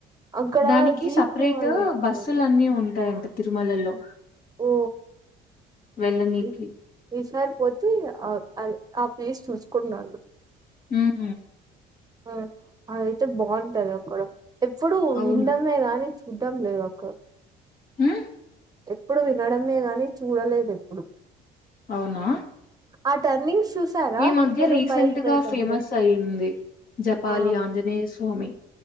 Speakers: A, on the right; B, on the left.
A: అక్కడ
B: దానికి
A: జీప్
B: సపరేట్
A: వాళ్ళు ఉంటారు
B: బస్సులన్నీ ఉంటాయంట తిరుమలలో
A: ఓ
B: వెళ్ళనీకి
A: ఇ- ఈసారి పోతే ఆ ఆ ప్లేస్ చూసుకొని రాండి
B: ఉహు
A: అహ్ అదయితే బాగుంటంది అక్కడ ఎప్పుడు
B: అవును
A: విండమే కానీ చూడ్డం లేవక్క
B: ఉహ్
A: ఎప్పుడు వినడమే గాని చూడలేదు ఎప్పుడు
B: అవునా
A: ఆ టర్నింగ్స్ చూసారా
B: ఈ మధ్య
A: మీరు
B: రీసెంట్గా
A: పైకి పోయేటప్పుడు
B: ఫేమస్ అయ్యింది జపాలి
A: ఆ
B: ఆంజనేయ స్వామి